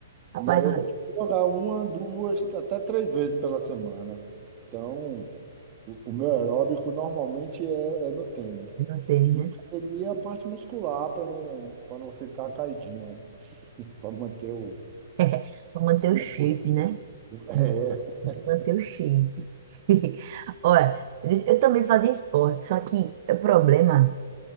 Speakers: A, on the right; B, on the right.
A: Rapaz,
B: E aí eu
A: olha,
B: costumo jogar uma, duas, até três vezes pela semana. Então, O, o meu aeróbico normalmente é, é no tênis.
A: eu não tem, né?
B: E academia é a parte muscular para não, para não ficar caidinho, para manter o,
A: <laughs> Pra manter
B: o,
A: o shape,
B: o-
A: né?
B: <laughs> é,
A: Tem que Manter o shape. <laughs> Olha, eu eu também fazia esporte, só que o problema.